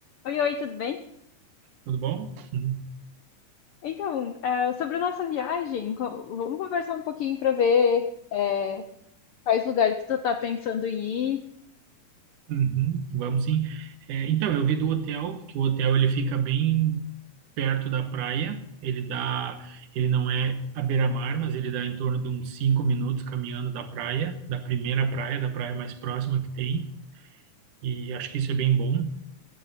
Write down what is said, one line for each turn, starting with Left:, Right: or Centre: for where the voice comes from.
Left: Oi, oi, tudo bem?
Right: Tudo bom? Uhum.
Left: Então, eh, sobre a nossa viagem, co- vamos conversar um pouquinho para ver eh, quais lugares que tu tá pensando em ir.
Right: Uhum, Vamos sim. É, então, eu vi do hotel, que o hotel ele fica bem perto da praia. Ele dá, ele não é à beira-mar, mas ele dá em torno de uns cinco minutos caminhando da praia, da primeira praia, da praia mais próxima que tem. E acho que isso é bem bom.